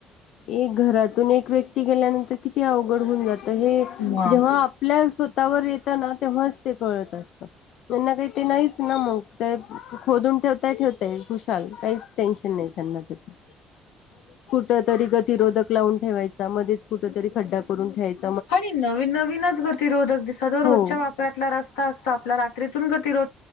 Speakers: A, on the left; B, on the left.
A: एक घरातून एक व्यक्ती गेल्यानंतर किती अवघड होऊन जात. हे
B: मग
A: जेव्हा आपल्या स्वतःवर येतं ना तेव्हा ते कळत असत त्यांना काही ते नाहीच ना मग ते खोदून ठेवता ठेवताय खुशाल कायच टेन्शन नाही त्यांना त्याचा मध्येच कुठ तरी गतिरोधक लावून ठेवायचा मध्येच कुठ तरी खड्डा करून ठेयचा.
B: अर नवीन नवीनच गतिरोधक दिसत, तो
A: हो
B: रोजच्या वापरातला रस्ता असतो, आपला रात्रीतून गतिरोधक